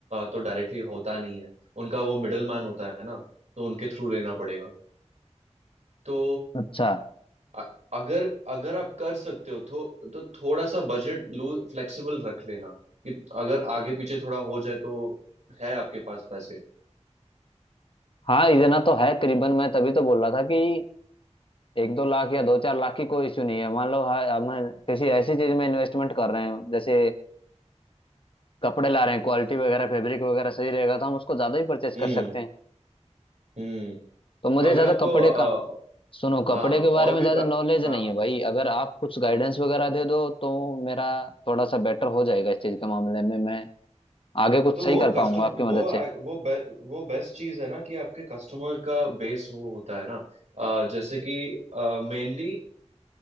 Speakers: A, on the right (about 75°); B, on the left (about 50°).
A: तो डायरेक्टली होता नहीं है उनका वो मिडल मैन होता है ना तो उनके थ्रू लेना पड़ेगा तो
B: अच्छा
A: अ- अगर अगर आप कर सकते हो तो तो थोड़ा सा बजट लू फ्लेक्सिबल रख लेना कि अगर आगे पीछे थोड़ा हो जाए तो है आपके पास पैसे
B: हाँ इतना तो है करीबन मैं तभी तो बोल रहा था कि एक दो लाख या दो चार लाख की कोई इश्यू नहीं है मान लो हाँ, हम किसी ऐसी चीज में इन्वेस्टमेंट कर रहे हैं जैसे कपड़े ला रहे हैं क्वालिटी वगैरह फैब्रिक वगैरह सही रहेगा तो हम उसको ज्यादा ही परचेज
A: हम्म
B: कर सकते हैं
A: हम्म
B: तो मुझे
A: अगर
B: ज्यादा
A: आपको
B: कपड़े
A: अ,
B: का सुनो कपड़े
A: हाँ
B: के बारे
A: और
B: में
A: भी
B: ज्यादा
A: प-
B: नॉलेज नहीं
A: हाँ हाँ
B: है
A: बताओ
B: भाई अगर आप कुछ गाइडेंस वगैरह दे दो तो मेरा थोड़ा सा बेटर हो जाएगा इस चीज के मामले में मैं आगे कुछ
A: तो वो
B: सही कर
A: कस्टम
B: पाऊंगा आपकी मदद
A: वो आ-
B: से
A: वो बे, वो बेस्ट चीज है ना कि आपके कस्टमर का बेस वो होता है ना अ, जैसे कि मेनली